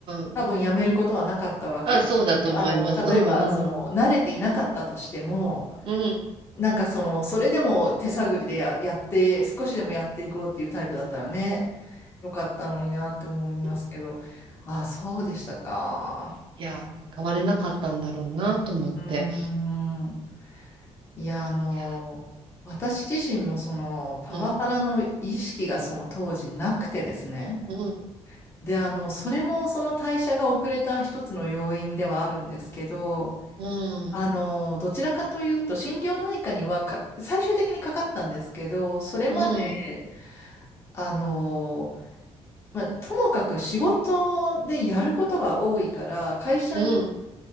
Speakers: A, on the right; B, on the left.
A: ん。
B: 多分やめることはなかったわけですよね。
A: あ、そうだと思います。
B: あの、例えば、
A: うん。
B: その、
A: うん。
B: 慣れていなかったとしても、
A: うん。
B: なんかその、それでも手探りでや、やって、少しでもやっていこうっていうタイプだったらね、よかったのになって思いますけど、
A: うん
B: ああ、そうでしたか。
A: いやー、変われなかったんだろうなと思って。
B: うーん。いや、あの、
A: いや
B: 私自身もその、パワハラの意識がその当時なくてですね。
A: ーうん。
B: で、あの、それもその代謝が遅れた一つの要因ではあるんですけど、
A: うん。
B: あの、どちらかというと、心療内科にはか、最終的にかかったんですけど、それまで、
A: うん。
B: あの、まあ、ともかく仕事でやることが多いから、会社に
A: うん。